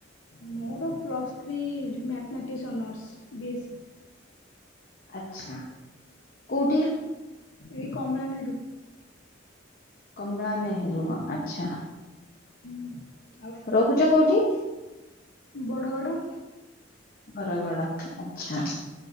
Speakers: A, on the left; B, on the left.
A: ମୋର plus three mathematics honours B S C.
B: ଆଚ୍ଛା କୋଉଠି?
A: ଏଇ କମଳା ନେହେରୁ। ହୁଁ
B: କମଳା ନେହେରୁ ଅ ଆଚ୍ଛା।
A: ହୁଁ।
B: ରହୁଚ କୋଉଠି?
A: ବଡ଼ଗଡ।
B: ବରଗଡ ଆଚ୍ଛା।